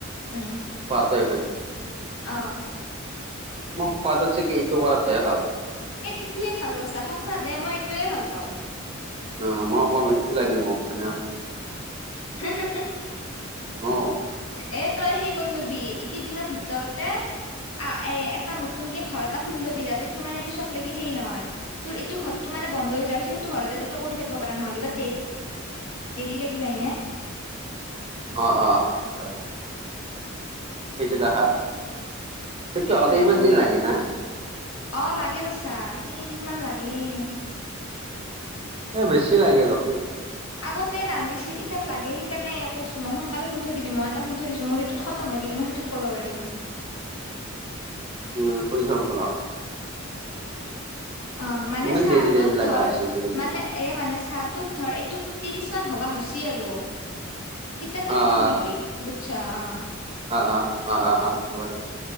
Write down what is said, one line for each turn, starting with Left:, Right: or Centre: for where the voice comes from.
Left: উম।
Right: <inaudible>
Left: অহ।
Right: মই কোৱাটোকে থাকি এইটো কৰাটো হে ভাল।
Left: এ ইটোৱে ভাল গৈছা সঁচা দে মই ইটোয়ে ভাল পাওঁ।
Right: অ', মই কম এইটো লাগে মোক সেনেকে কম।
Left: <inaudible>
Right: অ'।
Left: এ তই হে কৰি লবি এইকেই দিনৰ ভিতৰতে আ এ এটা নতুন কে ঘৰ এটা খুলি লবি যাতে তোৰ মানে পিছকে সেই নহয় তোৰ এইটো ঘৰতো মে বন্ধ হৈ যায় আৰু সেইটো ঘৰত যাতে তোই কৰি থাক পাৰা নহ'লে বা তে দেৰি লাগি যায়নে।
Right: অ', অ', সেইটো হয়। সেই যে দেখা সেটো
Left: সেইটোয়ে
Right: হওতে ইমান
Left: কৰি
Right: দিন লাগে না?
Left: অ', লাগে বৈচা তিনিদিন মান লাগেই।
Right: এ বেছি লাগে ৰখো।
Left: আগতে নালাগিছিল। ইটান লাগে সেইকাৰণে কৈছো মই সোনকালে খুলি থৈ দিবি। মই এটা খুলি থৈ দিছো মোৰ ইটোত খতম হৈ গি মই সিটোত কৰিব পাৰিম।
Right: উম, <unintelligible>
Left: অ', মানে
Right: ইমান
Left: চা
Right: দেৰি দেৰি
Left: টোৰ
Right: লাগা
Left: ধৰ
Right: হৈছে আজিকালি
Left: মানে এ মানে চাটোত ধৰ এইটোত ত্ৰিশ মান হ'বা হচি আৰু তিতান্ত
Right: অ'।
Left: সেইটো খুলবি বুজছা আহ।
Right: অ', অ', অ', অ', অ', হ'ব দে।